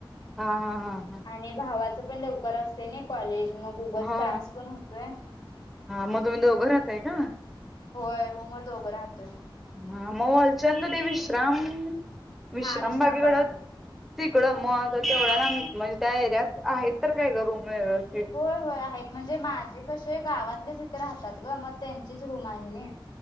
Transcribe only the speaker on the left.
आणि भावाचं पण लवकर असते नाही कॉलेज मग उग
त्रास पण होतोय.
होय रूम व दोघं राहतंय.
हा विश्रामबागच
होय होय आहेत म्हणजे माझे कसे गावातलेच इथं राहतात ग मग त्यांचीच रूम आहे ना.